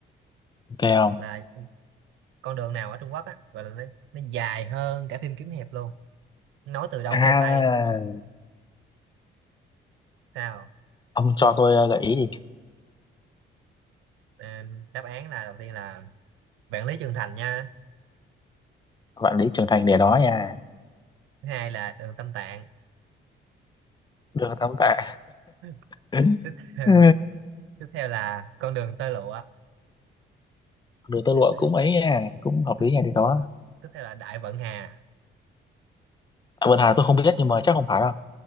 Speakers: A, on the left (about 20°); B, on the right (about 90°).
A: ok không
B: là con đường nào ở Trung Quốc á gọi là nó, nó dài hơn cả phim kiếm hiệp luôn nói từ đông
A: à
B: sang tây sao
A: ông cho tôi ờ, gợi ý đi
B: à, đáp án là đầu tiên là Vạn Lý Trường Thành nha
A: vạn lý trường thành để đó nha
B: thứ hai là đường Tam Tạng
A: được tấm tạ
B: <laughs>
A: <laughs>
B: tiếp theo,
A: Ừ.
B: tiếp theo là con đường tơ lụa
A: đường tơ
B: tiếp
A: <laughs> lụa
B: theo,
A: cũng ấy nha cũng hợp
B: tiếp,
A: lý nha để đó
B: tiếp theo là Đại Vận Hà
A: à, vườn Hà tôi không biết nhưng mà chắc không phải đâu